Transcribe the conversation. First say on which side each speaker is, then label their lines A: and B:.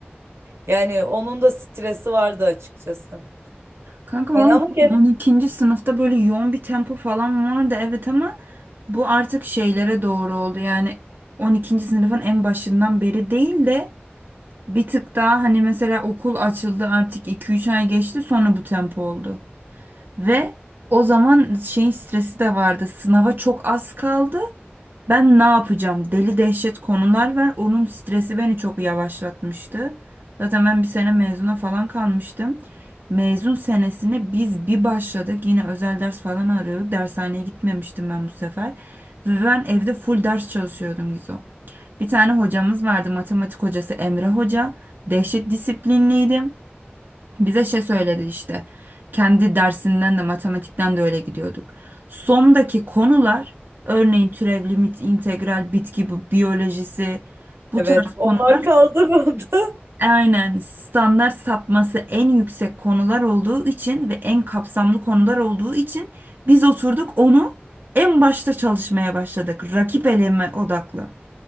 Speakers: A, on the right; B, on the right.
A: Yani onun da stresi vardı açıkçası.
B: Kanka valla
A: Yani ama gene
B: on ikinci sınıfta böyle yoğun bir tempo falan vardı evet ama bu artık şeylere doğru oldu. Yani on ikinci sınıfın en başından beri değil de Bir tık daha hani mesela okul açıldı artık iki üç ay geçti sonra bu tempo oldu. Ve o zaman şeyin stresi de vardı. Sınava çok az kaldı. Ben ne yapacağım? Deli dehşet konular var. Onun stresi beni çok yavaşlatmıştı. Zaten ben bir sene mezuna falan kalmıştım. Mezun senesine biz bir başladık. Yine özel ders falan arıyorduk. Dershaneye gitmemiştim ben bu sefer. Ve ben evde full ders çalışıyordum Gizo. Bir tane hocamız vardı matematik hocası Emre Hoca. Dehşet disiplinliydi. Bize şey söyledi işte. Kendi dersinden de matematikten de öyle gidiyorduk. Sondaki konular örneğin türev, limit, integral, bitki bu- biyolojisi bu
A: evet
B: tarz
A: onlar
B: konular
A: kaldırıldı. <laughs>
B: aynen standart sapması en yüksek konular olduğu için ve en kapsamlı konular olduğu için biz oturduk onu en başta çalışmaya başladık. Rakip eleme odaklı.